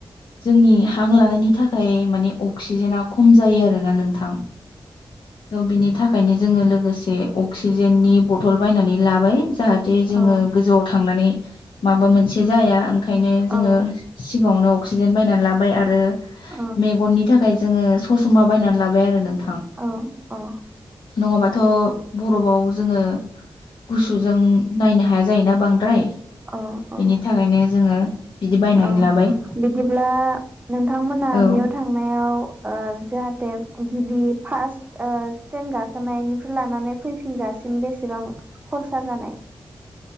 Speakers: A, on the left (about 65°); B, on the right (about 20°).
A: जोंनि हां लानायनि थाखाय माने अक्सिजेना खम जायो आरोना नोंथां त' बिनि थाखा खायनो जोङो लोगोसे अक्सिजेननि बथल बायनानै लाबाय जाहात ते जोङो
B: औ
A: गोजौआव थांनानै माबा मोनसे जाया खायनो जोङो
B: औ औ
A: सिगाङावनो अक्सिजेन बायनानै लाबाय आरो
B: औ
A: मेगननि थाखाय जोङो सस'मा बायनानै लाबाय आरो नों
B: औ औ।
A: नङाबाथ' बरफाव जोङो गुसुजों नायनो हाया जायोना बांद्राय
B: औ औ
A: बिनि थाखायनो जोङो बिदि बायनानै
B: औ
A: लाबाय
B: बिदिब्ला नोंथांमोना
A: औ
B: बेयाव थांनायाव ओ जाहाथे गिबि फार्स्ट ओ ट्रेन गाखोनायनिफ्राय लानानै फैफिनजासिम बेसेबां खरसा जानाय?